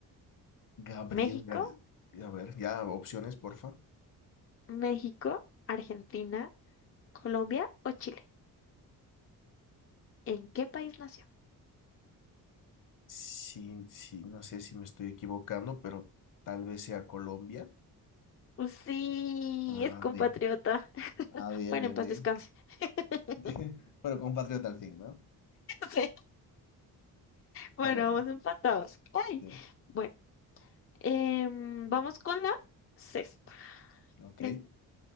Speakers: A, on the left (about 55°); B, on the left (about 35°).
A: Gabriel
B: ¿México,
A: García. A ver, ya opciones, porfa.
B: México, Argentina, Colombia o Chile? ¿En qué país nació?
A: Sí, sí, no sé si me estoy equivocando, pero tal vez sea Colombia.
B: Pues Sí,
A: Ah,
B: es compatriota.
A: bien. Ah, bien,
B: Bueno,
A: bien,
B: en paz
A: bien.
B: descanse. <laughs>
A: <laughs> Pero compatriota al fin, ¿no?
B: Sí, bueno,
A: Ah, bueno.
B: vamos empatados. Ay,
A: Sí.
B: bueno, em, vamos con la sexta.
A: Ok.
B: Pre-
A: Em-